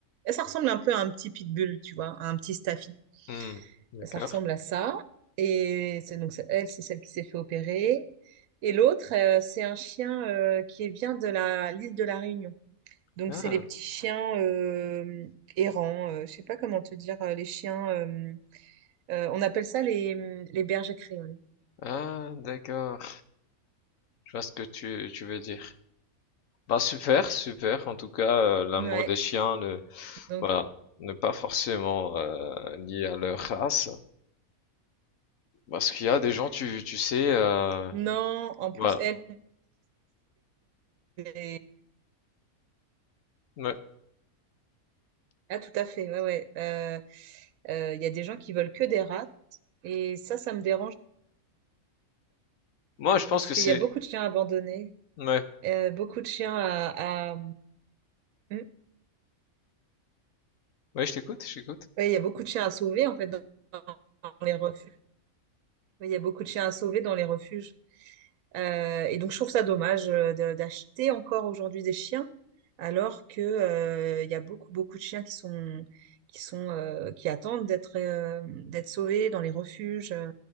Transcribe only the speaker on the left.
Hmm, d'accord.
Ah,
ah, d'accord. Je vois ce que tu, tu veux dire. Bah super, super. En tout cas, euh, l'amour
des chiens ne,
voilà, n'est pas forcément euh, lié à leur race, parce qu'il y a des gens, tu, tu sais, euh,
voilà.
Ouais.
Moi, je pense
que
c'est,
ouais,
ouais, je t'écoute, je t'écoute.